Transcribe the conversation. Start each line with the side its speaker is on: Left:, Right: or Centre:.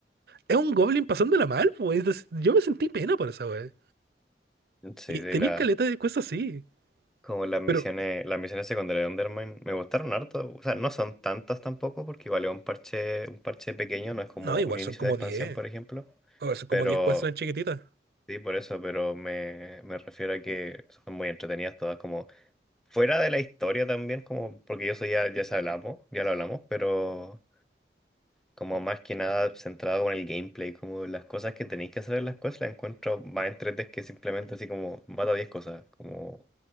Right: Es un goblin pasándola mal, pues. Yo me sentí pena por esa wea.
Centre: Sí,
Right: Y
Centre: de
Right: tenéis
Centre: la,
Right: caleta de cosas así.
Centre: como las misiones,
Right: Pero,
Centre: las misiones secundarias de Undermine me gustaron harto. O sea, no son tantas tampoco, porque igual es un parche, un parche pequeño, no es como
Right: no, igual
Centre: un inicio
Right: son como
Centre: de expansión,
Right: diez
Centre: por ejemplo.
Right: O son como
Centre: Pero
Right: 10 cuestiones chiquititas.
Centre: Sí, por eso, pero me, me refiero a que son muy entretenidas todas, como fuera de la historia también, como porque yo soy ya, ya se hablamos, ya lo hablamos, pero como más que nada centrado con el gameplay, como las cosas que tenéis que hacer en las cosas, las encuentro más entretenidas que simplemente así como mata 10 cosas, como